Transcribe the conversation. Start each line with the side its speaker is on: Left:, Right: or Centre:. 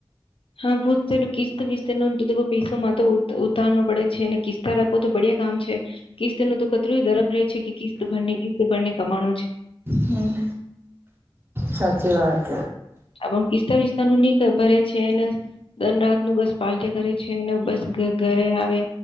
Left: હા પૂછ ચલું કિસ્ત બિસ્તનું <unintelligible> પીસોમાં તો ઉતાનો પડે છે અને કિસ્તા રાખો તો બડિયા કામ છે કિસ્ત ન તો કતરું દરફ રહે છે છે કે કિસ્તભરને કિસ્તરને કમાણ
Right: હમ સાચી વાત
Left: આપણ કિસ્તા વિસ્તા નું ની કઈ ભરે છે ને દન રાત નું બસ પાલટી કરે છે ને બસ ઘરે આવે